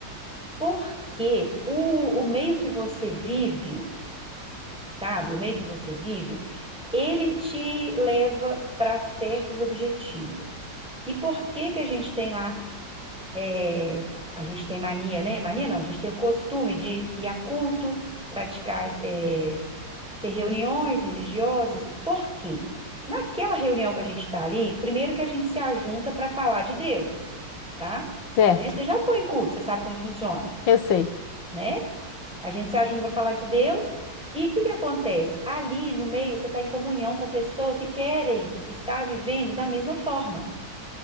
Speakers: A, in the centre; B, on the left (about 80°).
A: Porque o, o meio que você vive sabe? O meio que você vive, ele te leva para certos objetivos. E por que que a gente tem lá, é, a gente tem mania, né? Mania não, a gente tem o costume de ir a culto, praticar, é, ter reuniões religiosas. Por quê? Naquela reunião que a gente está ali, primeiro que a gente se ajunta para falar de Deus, tá?
B: certo?
A: Né? Você já foi em culto, você sabe como funciona,
B: Eu sei.
A: né? A gente se ajuda para falar de Deus. E o que que acontece? Ali no meio, você está em comunhão com pessoas que querem estar vivendo da mesma forma,